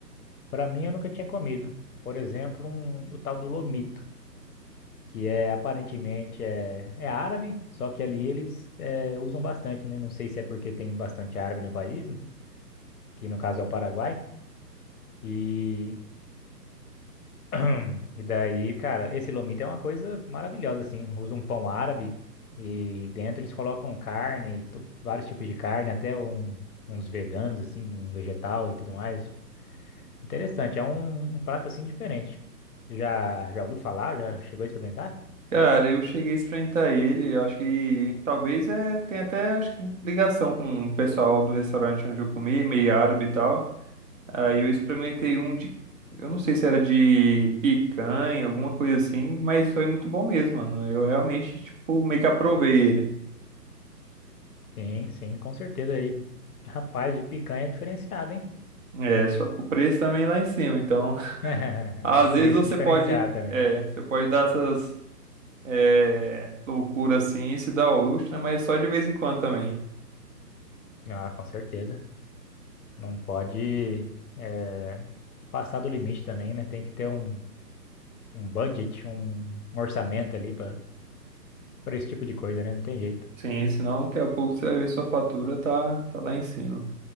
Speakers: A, on the left; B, on the right.
A: pra mim eu nunca tinha comido. Por exemplo, um, o tal do lomito. que é aparentemente é, é árabe, só que ali eles é, usam bastante, né? Não sei se é porque tem bastante árabe no país, que no caso é o Paraguai, e <clears throat> e daí, cara, esse lomito é uma coisa maravilhosa assim, usa um pão árabe e dentro eles colocam carne, to- vários tipos de carne, até um- uns veganos assim, um vegetal e tudo mais. Interessante, é um, um prato assim diferente. Já já ouviu falar? Já chegou a experimentar?
B: Cara, eu cheguei a experimentar ele, eu acho que talvez é, tem até acho que ligação com o pessoal do restaurante onde eu comi, meio árabe e tal. Aí eu experimentei um de, eu não sei se era de picanha, alguma coisa assim, mas foi muito bom mesmo, mano. Eu realmente, tipo, meio que aprovei ele.
A: Sim, sim, com certeza. aí rapaz, de picanha é diferenciado, hein?
B: É, só que o preço também é lá em cima, então <laughs>
A: <laughs>
B: às vezes
A: Preço
B: você
A: diferenciado
B: pode,
A: também.
B: é, você pode dar essas, é, loucuras assim e se dar ao luxo, né? Mas só de vez em quando também.
A: Ah, com certeza. Não pode eh, passar do limite também, né? Tem que ter um, um budget, um, um orçamento ali para para esse tipo de coisa, né? Não tem jeito.
B: Sim, senão daqui a pouco você vai ver sua fatura tá, tá lá em cima.